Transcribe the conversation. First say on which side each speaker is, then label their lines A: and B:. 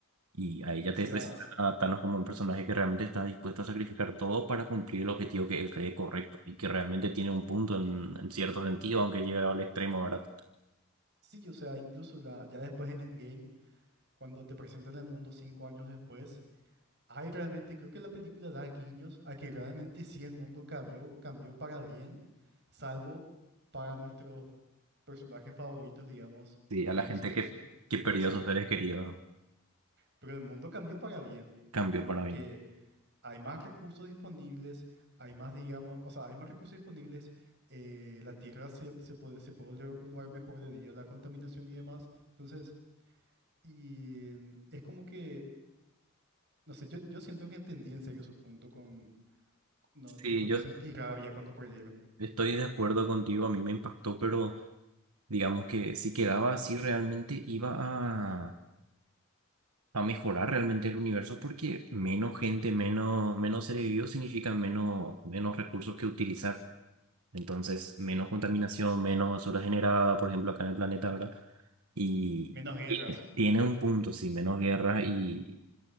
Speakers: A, on the right; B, on the right.
A: Y ahí
B: O
A: ya te
B: sea,
A: presentan a Thanos como un personaje que realmente está dispuesto a sacrificar todo para cumplir el objetivo que él cree correcto y que realmente tiene un punto en, en cierto sentido, aunque llega al extremo, ¿verdad?
B: sí, o sea, incluso la, ya después en Endgame, cuando te presentan el mundo cinco años después, hay realmente, creo que la película da guiños a que realmente sí el mundo cambió, cambió para bien, salvo para nuestros personajes favoritos, digamos,
A: Sí,
B: que
A: a la
B: ellos
A: gente
B: sí, tu-
A: que,
B: su-
A: que perdió
B: sí,
A: a sus seres queridos,
B: pero el mundo cambió para bien,
A: cambió para
B: porque
A: bien.
B: hay más recursos disponibles, hay más, digamos, o sea, hay más recursos disponibles, eh, la tierra se, se puede, se puede volver un lugar mejor debido a la contaminación y demás, entonces... Y es como que, no sé, yo, yo siento que entendí en serio su punto con, no,
A: Sí,
B: tipo, no
A: yo
B: sentí rabia cuando perdieron.
A: Estoy de acuerdo contigo, a mí me impactó, pero digamos que si quedaba así realmente iba a, a mejorar realmente el universo porque menos gente, menos, menos seres vivos significa menos, menos recursos que utilizar. Entonces, menos contaminación, menos basura generada, por ejemplo, acá en el planeta, ¿verdad? Y
B: Menos guerras.
A: eh, tiene un punto, sí, menos guerra y...